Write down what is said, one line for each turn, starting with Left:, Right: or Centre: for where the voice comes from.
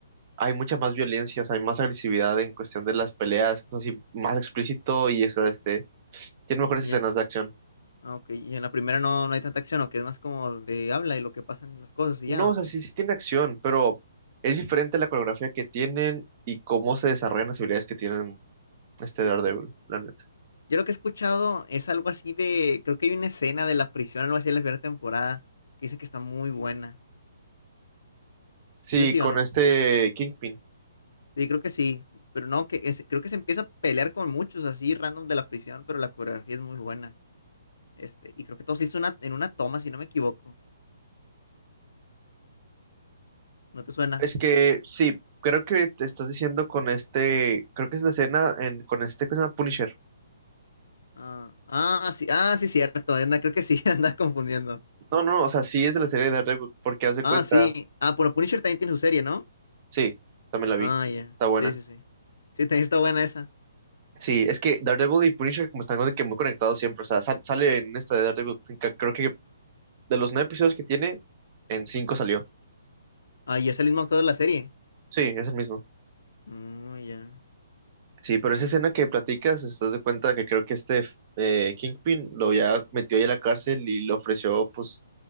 Right: hay mucha más violencia, o sea, hay más agresividad en cuestión de las peleas, cosas así, más explícito y eso, este, tiene mejores
Left: Y
Right: escenas
Left: en,
Right: de acción.
Left: ah, ok. Y en la primera no, no hay tanta acción, o que es más como de habla y lo que pasan las cosas y
Right: No,
Left: ya, ok.
Right: o sea, sí, sí tiene acción, pero es diferente la coreografía que tienen y cómo se desarrollan las habilidades que tienen este Daredevil, la neta.
Left: Yo lo que he escuchado es algo así de, creo que hay una escena de la prisión, algo así de la primera temporada, que dice que está muy buena.
Right: Sí,
Left: ¿Sí es así
Right: con
Left: o no?
Right: este Kingpin.
Left: Sí, creo que sí. Pero no, que es- creo que se empieza a pelear con muchos así random de la prisión, pero la coreografía es muy buena. Este, y creo que todo se hizo una, en una toma, si no me equivoco. ¿No te suena?
Right: Es que sí, creo que te estás diciendo con este, creo que es la escena en, con este que se llama Punisher.
Left: Ah, ah, sí, ah, sí, cierto. Anda, creo que sí, <laughs> anda confundiendo.
Right: No, no, no, o sea, sí es de la serie de Daredevil, porque haz de
Left: Ah,
Right: cuenta,
Left: sí. Ah, bueno, Punisher también tiene su serie, ¿no?
Right: sí, también la
Left: Ah,
Right: vi,
Left: ya.
Right: está buena.
Left: Sí, sí, sí. Sí, también está buena esa.
Right: Sí, es que Daredevil y Punisher como están como de que muy conectados siempre, o sea, sa- sale en esta de Daredevil, ca- creo que de los nueve episodios que tiene, en cinco salió.
Left: Ah, y es el mismo actor de la serie.
Right: Sí, es el mismo.
Left: Ah, ya.
Right: Sí, pero
Left: No,
Right: esa
Left: pues,
Right: escena que platicas, estás de cuenta que creo que este eh, Kingpin lo había metido ahí a la cárcel y le ofreció, pues,